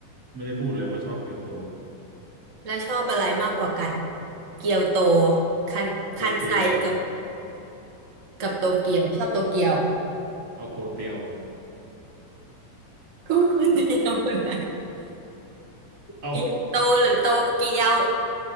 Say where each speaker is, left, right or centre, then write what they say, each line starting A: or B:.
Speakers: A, on the right (about 30°); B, on the right (about 80°).
A: ไม่ได้พูดเลยว่าชอบเกียวโต
B: แล้วชอบอะไรมากกว่ากันเกียวโตคันคันไซกับ
A: โกเตียว
B: กับโตเกียวชอบโตเกียว
A: เอาโกเตียว
B: <laughs> ก็คนเดียวเลย
A: เอา
B: เกียวโตหรือโตเกียว